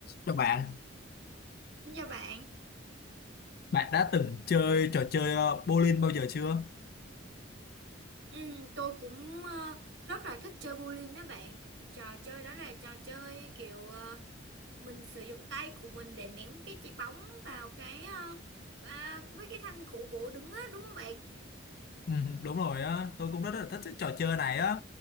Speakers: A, on the left; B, on the right.
A: Chào bạn,
B: Dạ bạn,
A: bạn đã từng chơi trò chơi ờ, bowling bao giờ chưa?
B: Ừm, tôi cũng ờ, rất là thích chơi bowling đó bạn. Trò chơi đó là trò chơi kiểu ờ, mình sử dụng tay của mình để ném cái trái bóng vào cái ờ, à, mấy cái thanh gỗ gỗ đứng á đúng không bạn?
A: Ừ, đúng rồi á, tôi cũng rất là thích cái trò chơi này á.